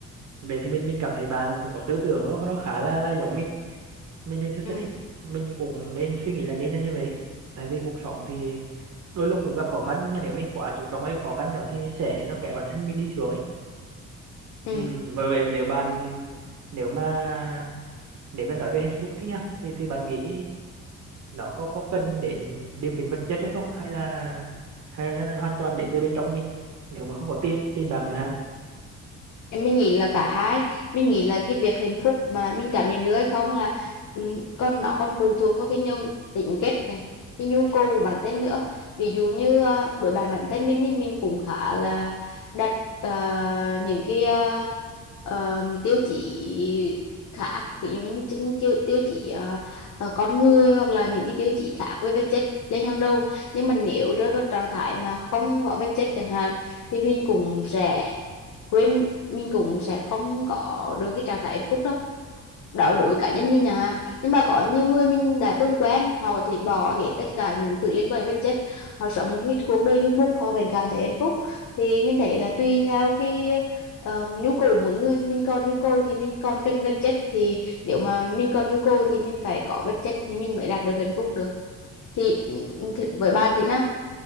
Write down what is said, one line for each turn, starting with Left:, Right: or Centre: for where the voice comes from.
Right: vậy thì mình mình cảm thấy bạn cũng có tư tưởng nó nó khá là là giống mình mình mình rất
Left: ừ.
Right: là thích mình cũng nên suy nghĩ là nên là như vậy tại vì cuộc sống thì đôi lúc cũng gặp khó khăn nhưng mà nếu mình quá chú trọng cái khó khăn đó thì mình sẽ nó kéo bản thân mình đi xuống ấy
Left: Ừ.
Right: ừ, và vậy nếu bạn nếu mà nếu mà nói về hạnh phúc thì nha thì thì bạn nghĩ nó có có cần đến điều kiện vật chất hay không hay là hay là nó hoàn toàn đến từ bên trong mình nếu mà không có tiền tiền bạc chẳng hạn
Left: em mình nghĩ là cả hai mình nghĩ là cái việc hạnh phúc mà mình cảm nhận được hay không là ừ, còn nó còn phụ thuộc vào cái nhu tính kết này cái nhu cầu của bản thân nữa ví dụ như ờ, đối bản bản thân mình thì mình cũng khá là đặt ờ, những cái ờ, ờ, tiêu chí khác ví dụ như chứng- tiêu tiêu chí ờ, ờ, con người hoặc là những cái tiêu chí khác với vật chất lên hàng đầu nhưng mà nếu rơi vào trạng thái mà không có vật chất chẳng hạn thì mình cũng sẽ quên mình cũng sẽ không có được cái trạng thái hạnh phúc đâu đó là đối với cá nhân mình à nhưng mà có nhiều người mình đã từng quen họ có thể bỏ hết tất cả những thứ liên quan đến vật chất họ sống một cái cuộc đời du mục họ vẫn cảm thấy hạnh phúc thì mình thấy là tùy theo cái ờ, nhu cầu của mỗi người mình còn nhu cầu thì mình còn cần vật chất thì nếu mà mình còn nhu cầu thì mình phải có vật chất thì mình mới đạt được hạnh phúc được thì, ừ, thì với bạn thế nào